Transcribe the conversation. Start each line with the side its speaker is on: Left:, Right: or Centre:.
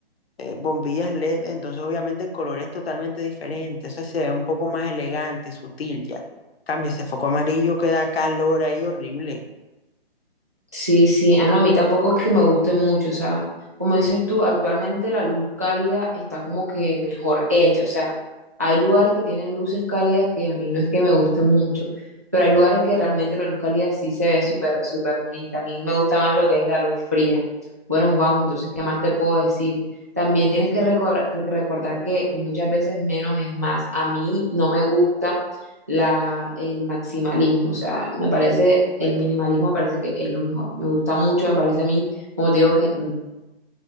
Left: eh, bombillas LED, entonces obviamente el color es totalmente diferente, o sea, se ve un poco más elegante, sutil ya. Cambia ese foco amarillo que da calor ahí horrible,
Right: Sí, sí, ah, no, a mí tampoco es que me guste mucho, o sea, como dices tú, actualmente la luz cálida está como que mejor hecha, o sea, hay lugares que tienen luces cálidas que a mí no es que me guste mucho, pero hay lugares que realmente la luz cálida sí se ve súper, súper bonita, a mí me gusta más lo que es la luz fría. Bueno, Juanjo, entonces, ¿qué más te puedo decir? También tienes que recor- recordar que muchas veces menos es más. A mí no me gusta la, el maximalismo, o sea, me parece, el minimalismo me parece que es lo mejor, me gusta mucho, me parece a mí, como te digo, que mm,